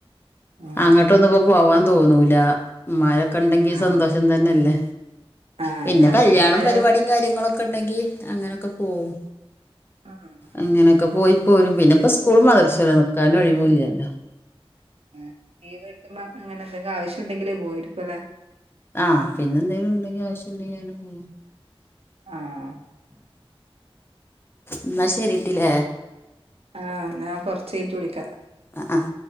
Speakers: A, on the right (about 85°); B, on the left (about 20°).
A: ആഹ്
B: അങ്ങോട്ടൊന്ന് ഇപ്പോ പോവാൻ തോന്നൂലാ മ്മാരൊക്കെ ഉണ്ടെങ്കി
A: ആഹ്
B: സന്തോഷം തന്നെല്ലേ
A: ആഹ്
B: പിന്നെ
A: അത് അവരുണ്ടായ
B: കല്യാണം പരിപാടി കാര്യങ്ങളൊക്കെ ഉണ്ടെങ്കി അങ്ങനെക്കെ പോകും
A: ആഹ്
B: അങ്ങനൊക്കെ പോയി പോരും പിന്നെ ഇപ്പോ സ്കൂൾ മദ്രസു നിക്കാനും ഒഴിവൂല്ലല്ലോ
A: ആഹ് ലീവ് കിട്ട്പ അങ്ങനെ എന്തെങ്കും ആവശ്യണ്ടെങ്കിൽ പോയിരിക്കുവ അല്ലേ
B: ആഹ് പിന്നെന്തെങ്കിലും ഉണ്ടെങ്കിൽ ആവശ്യം ഉണ്ടകിൽ അയിന് പോവും
A: ആഹ്
B: എന്ന ശെരിട്ടിലെ
A: ആഹ് ഞാൻ കൊർച്ച് കൈഞ്ഞിട്ട് വിളിക്കാം
B: അഹ് അഹ്